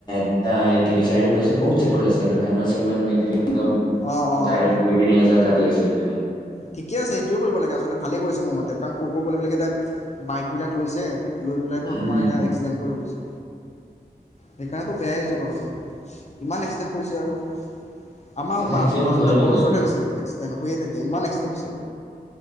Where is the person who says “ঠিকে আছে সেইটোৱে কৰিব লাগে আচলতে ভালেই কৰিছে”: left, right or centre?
Left